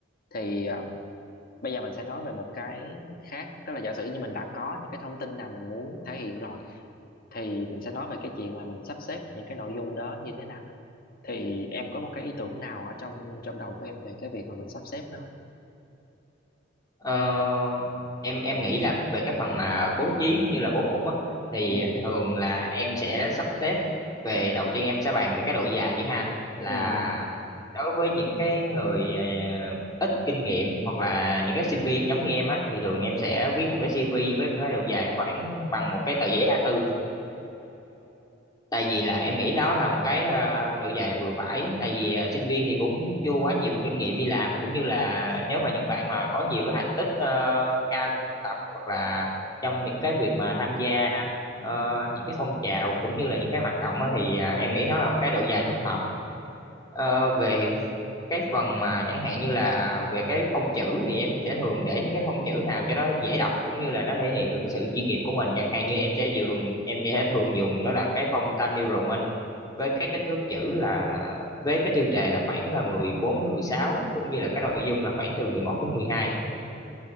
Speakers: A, on the left; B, on the left.
A: thì ờ, bây giờ mình sẽ nói về một cái khác tức là giả sử như mình đã có những cái thông tin nào mình muốn thể hiện rồi thì mình sẽ nói về cái chuyện là mình sắp xếp những cái nội dung đó như thế nào thì em có một cái ý tưởng nào ở trong trong đầu của em về cái việc mà mình sắp xếp nó không?
B: Ờ, em em nghĩ là về cái phần mà bố trí cũng như là bố cục á thì
A: ừ
B: thường là em sẽ sắp xếp về đầu tiên em sẽ bàn về cái độ dài đi ha là
A: ừ
B: đối với những cái người ờ, ít kinh nghiệm hoặc là những cái sinh viên giống như em á thì thường em sẽ viết một cái CV với cái độ dài khoảng bằng một cái tờ giấy A4 tại vì là em nghĩ đó là một cái ờ, độ dày vừa phải tại vì ờ, sinh viên thì cũng chưa quá nhiều kinh nghiệm đi làm cũng như là nếu mà những bạn mà có nhiều cái thành tích ờ, cao trong học tập hoặc là trong những cái việc mà tham gia ờ, những cái phong trào cũng như là những cái hoạt động á, thì ờ, em nghĩ nó là một cái độ dài thích hợp Ờ, về cái phần mà chẳng hạn như là về cái phông chữ thì em sẽ thường để những cái phông chữ nào cho nó dễ đọc cũng như là nó thể hiện được cái sự chuyên nghiệp của mình chẳng hạn như em sẽ dùng em sẽ thường dùng đó là cái phông Times New Roman với cái kích thước chữ là với cái tiêu đề là khoảng là 14 đến 16 cũng như là cái nội dung là khoảng từ 11 đến 12